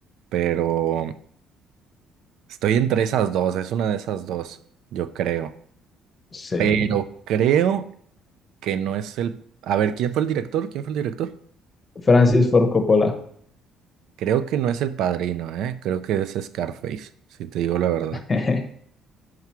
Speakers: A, on the right; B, on the left.
A: Pero estoy entre esas dos, es una de esas dos, yo creo.
B: Sí.
A: Pero creo que no es el... A ver, ¿quién fue el director? ¿Quién fue el director?
B: Francis Ford Coppola.
A: Creo que no es El Padrino, ¿eh? Creo que es Scarface, si te digo la verdad.
B: <laughs>